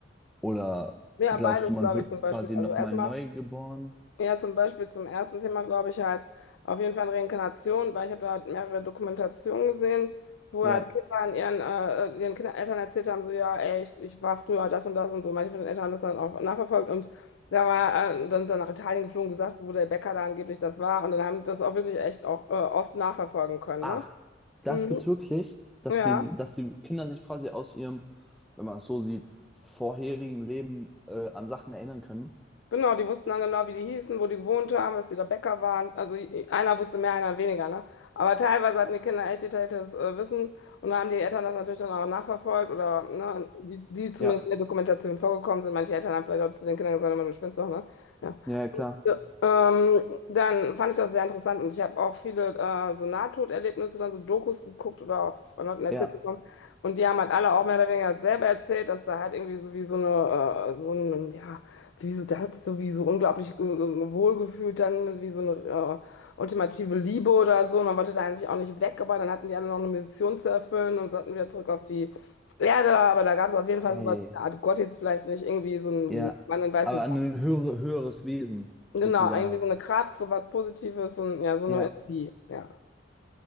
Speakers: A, in the centre; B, on the left.
A: Oder
B: Ja,
A: glaubst
B: beides,
A: du, man
B: glaube
A: wird
B: ich, zum Beispiel.
A: quasi
B: Also
A: nochmal
B: erstmal,
A: neu geboren?
B: ja, zum Beispiel zum ersten Thema, glaube ich, halt auf jeden Fall Reinkarnation, weil ich habe da halt mehrere Dokumentationen gesehen, wo
A: Ja.
B: halt Kinder an ihren, äh, ihren Kindern, Eltern erzählt haben, so, ja, ey, ich, ich war früher das und das und so. Manche von den Eltern haben das dann auch nachverfolgt und Da war äh, dann, dann nach Italien geflogen, gesagt, wo der Bäcker da angeblich das war. Und dann haben die das auch wirklich echt auch äh, oft nachverfolgen können,
A: Ach,
B: ne?
A: das
B: Mhm.
A: gibt's wirklich, dass
B: Ja,
A: die, dass die Kinder sich quasi aus ihrem, wenn man es so sieht, vorherigen Leben äh, an Sachen erinnern können.
B: genau, die wussten dann genau, wie die hießen, wo die gewohnt haben, dass die da Bäcker waren. Also i- einer wusste mehr, einer weniger, ne? Aber teilweise hatten die Kinder echt detailliertes äh, Wissen und da haben die Eltern das natürlich dann auch nachverfolgt oder ne, die, die zumindest
A: Ja,
B: in der Dokumentation vorgekommen sind. Manche Eltern haben vielleicht auch zu den Kindern gesagt, "Hör mal, du spinnst doch, ne? Ja.
A: ja, ja, klar.
B: Ja, ähm, dann fand ich das sehr interessant und ich habe auch viele äh, so Nahtoderlebnisse, dann so Dokus geguckt oder auch von Leuten erzählt
A: Ja.
B: bekommen. Und die haben halt alle auch mehr oder weniger selber erzählt, dass da halt irgendwie so wie so eine, äh, so ein, ja, wie so das, so wie so unglaublich äh, wohlgefühlt, dann wie so eine äh, ultimative Liebe oder so. Und man wollte da eigentlich auch nicht weg, aber dann hatten die alle noch eine Mission zu erfüllen und sollten wieder zurück auf die Erde. Aber da gab es auf jeden
A: Ei.
B: Fall sowas, wie eine Art Gott jetzt vielleicht nicht irgendwie so einen
A: Ja.
B: Mann in weißem
A: Aber an ein höhere, höheres Wesen,
B: Genau,
A: sozusagen.
B: irgendwie so eine Kraft, so was Positives und ja, so
A: Ja,
B: eine Energie, ja.